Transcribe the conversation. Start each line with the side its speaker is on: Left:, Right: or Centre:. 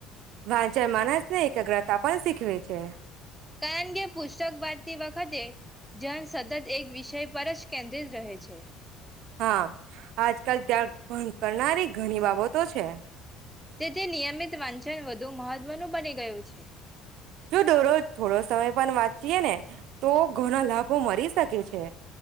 Right: વાંચન માણસને એકાગ્રતા પણ શીખવે છે.
Centre: કારણ કે પુસ્તક વાંચતી વખતે ધ્યાન સતત એક વિષય પર જ કેન્દ્રિત રહે છે.
Right: હા આજકાલ ધ્યાન ભંગ કરનારી ઘણી બાબતો છે.
Centre: તે જે નિયમિત વાંચન વધુ મહત્વનું બની ગયું છે.
Right: જો દોરોજ થોડો સમય પણ વાંચીએ ને તો ઘણા લાભો મરી શકે છે.